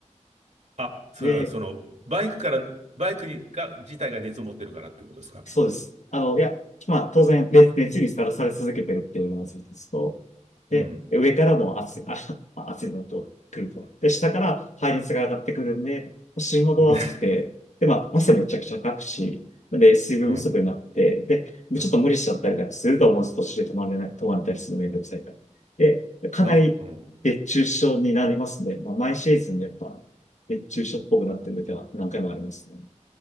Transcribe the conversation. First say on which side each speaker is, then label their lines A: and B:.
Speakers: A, on the right; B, on the left.
A: あ、それはその、
B: で、
A: バイクから、バイクにが、自体が熱を持ってるからってことですか。
B: そうです。あの、いや、まあ、当然、熱熱にさらされ続けてるっていうのが一つと、で、
A: うん。
B: 上からも熱い、あ、まあ熱いのと来ると。で、下から排熱が上がってくるんで、心臓が熱くて、
A: <laughs> ね
B: で、まあ、汗めちゃくちゃかくし、で、水分不足になって、
A: うん。
B: で、
A: うん
B: ちょっと無理しちゃったりなんかすると思うんです。途中で止まれない、止まれたりするのめんどくさいから。で、かなり熱中症になりますね。
A: な、うん。
B: まあ、毎シーズンやっぱ、熱中症っぽくなってる時は何回もありますね。